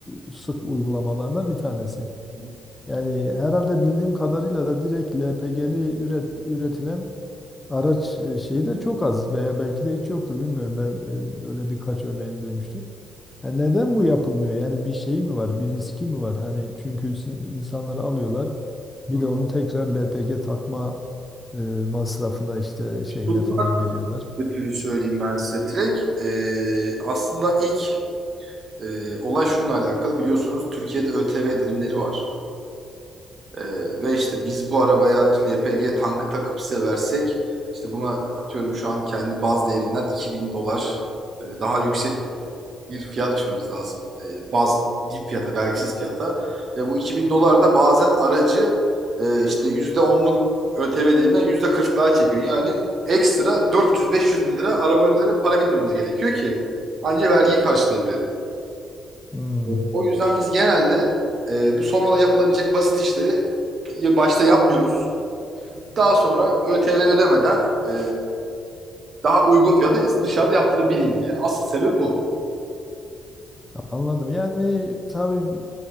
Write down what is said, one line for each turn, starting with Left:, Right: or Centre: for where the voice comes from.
Left: e, sık uygulamalardan bir tanesi.
Right: Hı hı.
Left: Yani herhalde bildiğim kadarıyla da direkt LPG'li üret, üretilen araç e, şeyi de çok az veya belki de hiç yoktur bilmiyorum. Ben e, öyle birkaç örneğini duymuştum. E neden bu yapılmıyor? Yani bir şey mi var, bir riski mi var? Hani çünkü si- insanları alıyorlar, bir
Right: Hı.
Left: de onu tekrar LPG takma e, masrafına işte şeyine
Right: Bunlar
Left: falan giriyorlar.
Right: ötürü söyleyeyim ben size direkt. Ee, aslında ilk Ee, olay şununla alakalı biliyorsunuz Türkiye'de ÖTV dilimleri var. Ee, ve işte biz bu arabaya işte LPG tankı takıp size versek işte buna atıyorum şu an kendi baz değerinden 2000 dolar e, daha yüksek bir fiyat biçmemiz lazım. E, baz dip fiyata, vergisiz fiyata. Ve bu 2000 dolar da bazen aracı e, işte yüzde onluk ÖTV diliminden %40'lığa çekiyor. Yani ekstra 400-500 bin lira arabanın üzerine para bindirmemiz gerekiyor ki ancak vergiyi karşılayabilelim.
Left: Hmm,
Right: Ee, O yüzden biz genelde e, bu sonradan yapılabilecek basit işleri ya başta yapmıyoruz. Daha sonra ÖTV ödemeden e, daha uygun fiyata dışarıda yaptırabilin diye. Asıl sebebi bu.
Left: anladım. Yani tabii